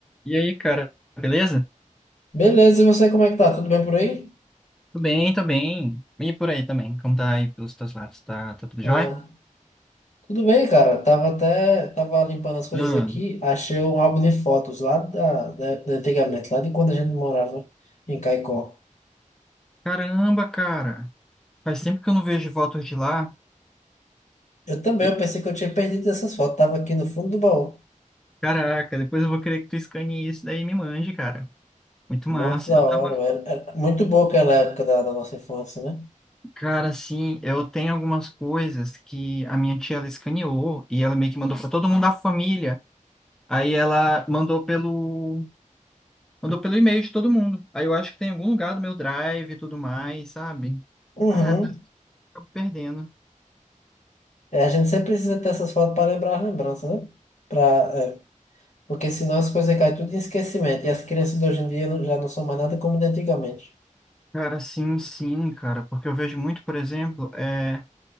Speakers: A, in the centre; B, on the left.
A: E aí, cara, beleza?
B: Beleza, e você como é que tá? Tudo bem por aí?
A: Tudo bem, tô bem. E por aí também, como tá aí pelos teus lados? Tá, tá tudo
B: Ah,
A: jóia?
B: tudo bem, cara. Tava até, tava limpando as coisas
A: Hum.
B: aqui, achei um álbum de fotos lá da, da, da antigamente, lá de quando a gente morava em Caicó.
A: Caramba, cara, faz tempo que eu não vejo fotos de lá.
B: Eu também,
A: E,
B: eu pensei que eu tinha perdido essas fotos, tava aqui no fundo do baú.
A: caraca, depois eu vou querer que tu escane isso daí e me mande, cara. Muito
B: Muito
A: massa.
B: da
A: Eu tava,
B: hora, velho. Era muito boa aquela época da, da nossa infância, né?
A: cara, assim, eu tenho algumas coisas que a minha tia ela escaneou e ela meio que mandou pra todo mundo da família. Aí ela mandou pelo Mandou pelo e-mail de todo mundo. Aí eu acho que tem em algum lugar do meu drive e tudo mais, sabe?
B: Uhum.
A: Ah, acabo perdendo.
B: É, a gente sempre precisa ter essas fotos para lembrar as lembranças, né? Pra, é, porque senão as coisas caem tudo em esquecimento e as crianças de hoje em dia não- já não são mais nada como de antigamente.
A: Cara, sim, sim, cara, porque eu vejo muito, por exemplo, é,